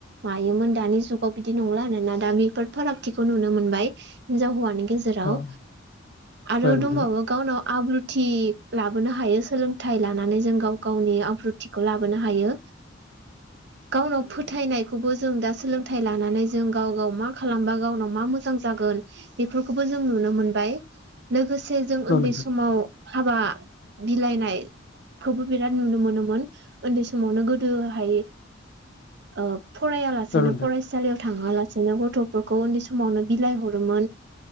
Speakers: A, on the right; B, on the left.
A: मायोमोन दानि जुग गाव बिदि नंला आरोना दा बेफोर फारागथिखौ नुनो मोनबाय हिनजाव हौवानि गे गेजेराव
B: औ नोंथां औ
A: आरो
B: नोंथां
A: दंबावो गावनाव आब्रुथि लाबोनो हायो सोलोंथाइ लानानै जों गाव गावनि आब्रुथिखौ लाबोनो हायो। गावनाव फोथायनायखौबो जों दा सोलों थाइ लानानै जों गाव गाव मा खालामबा गावनाव मा मोजां जागोन बेफोरखौबो जों नुनो मोनबाय। लोगोसे जों उन्दै
B: औ
A: समाव हाबा बिलाइनाय खौबो बिराद नुनो मोनोमोन उन्दै समावनो गोदोहाय ओ फरायालासेनो
B: नोंथां औ
A: फराइसालियाव थाङालासेनो गथ'फोरखौ उन्दै समावनो बिलाइ हरोमोन।